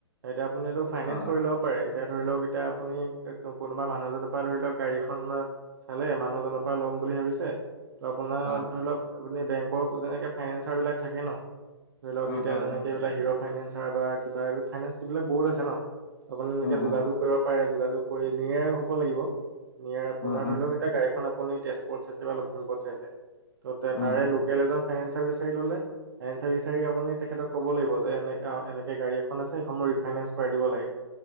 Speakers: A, on the right; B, on the left.
A: এতিয়া আপুনি এইটো ফাইনেন্স
B: অ অ
A: কৰি লওঁক। হয় এতিয়া ধৰি লওঁক এতিয়া আপুনি কোনোবা মানুহ এজনৰ পৰা ধৰি লওঁক গাড়ীখন চালে মানুহজনৰ পৰা ল'ম বুলি ভাবিছে। ত' আপোনাৰ
B: অ অ
A: ধৰি লওক, আপুনি বেংকৰ যেনেকে ফাইনেন্সাৰ বিলাক থাকে ন, ধৰি লওক
B: উম
A: এতিয়া
B: উম
A: যেনেকে
B: উম
A: এইবিলাক হিৰ' ফাইনেন্সাৰ বা কিবা ফাইনেন্স বিলাক বহুত আছে ন, আপোনি এনেকে
B: উম
A: যোগাযোগ
B: উম
A: কৰিব পাৰে, যোগাযোগ কৰি নিয়াৰ হ'ব লাগিব, নিয়াৰ আপোনাৰ
B: উম উম
A: ধৰি লওক- এতিয়া গাড়ীখন আপুনি তেজপুৰত চাইছে বা লখিমপুৰত চাইছে, ত'
B: উম
A: তাৰে লোকেল এজন ফাইনেন্সাৰ বিচাৰি ল'লে ফাইনেঞ্চ বিচাৰি আপুনি তেখেতক ক'ব লাগিব, যে এনে এনেকে গাড়ী এখন আছে, সেইখন মোক ৰিফাইনেঞ্চ কৰাই দিব লাগে।